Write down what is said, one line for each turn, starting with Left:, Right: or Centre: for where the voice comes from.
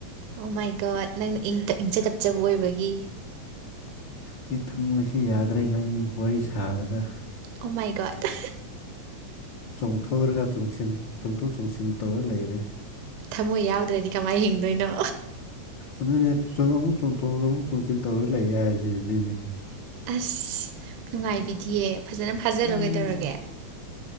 Right: ꯑꯣ ꯃꯥꯏꯒꯣꯠ ꯅꯪꯅ ꯏꯪꯖ ꯇꯞꯆꯕ ꯑꯣꯏꯕꯒꯤ
Left: ꯑꯩ ꯊꯝꯃꯣꯏꯁꯤ ꯌꯥꯗ꯭ꯔꯦ ꯅꯪ ꯋꯥꯔꯤ ꯁꯥꯕꯗ
Right: ꯑꯣ ꯃꯥꯏ ꯒꯣꯠ ꯑ
Left: ꯆꯣꯡꯊꯣꯛꯔꯒ ꯆꯣꯡꯁꯤꯟ ꯆꯣꯡꯊꯣꯛ ꯆꯣꯡꯁꯤꯟ ꯇꯧꯔ ꯂꯩꯔꯦ
Right: ꯊꯃꯣꯏ ꯌꯥꯎꯗ꯭ꯔꯗꯤ ꯀꯃꯥꯏ ꯍꯤꯡꯗꯣꯏꯅꯣ
Left: ꯑꯗꯨꯅꯦ ꯑꯃꯨꯛ ꯑꯃꯨꯛ ꯆꯣꯡꯊꯣꯛ ꯆꯣꯡꯁꯤꯟ ꯇꯧꯔ ꯂꯩꯌꯦ ꯍꯥꯏꯁꯦ ꯑꯗꯨꯒꯤꯅꯦ
Right: ꯑꯁ ꯅꯨꯡꯉꯥꯏꯕꯤꯗꯤꯌꯦ ꯐꯖꯅ ꯐꯥꯖꯜꯂꯣ
Left: ꯎꯝ
Right: ꯀꯩꯗꯧꯔꯒꯦ